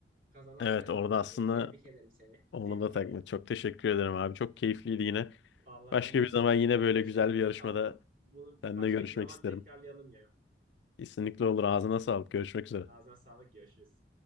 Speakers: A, on the right (about 50°); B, on the left (about 75°).
A: kazanan
B: Evet
A: sen oldun
B: orada
A: abi.
B: aslında
A: Tebrik ederim seni.
B: onu
A: Tebrik
B: da
A: ederim.
B: takma. Çok teşekkür ederim abi. Çok keyifliydi yine.
A: Vallahi
B: Başka
A: ben de
B: bir
A: çok
B: zaman yine böyle
A: aşırı
B: güzel
A: keyif
B: bir yarışmada
A: aldım. Bunu
B: seninle
A: başka
B: görüşmek
A: bir zaman
B: isterim.
A: tekrarlayalım ya.
B: Kesinlikle olur. Ağzına sağlık. Görüşmek
A: Senin
B: üzere.
A: ağzına sağlık. Görüşürüz.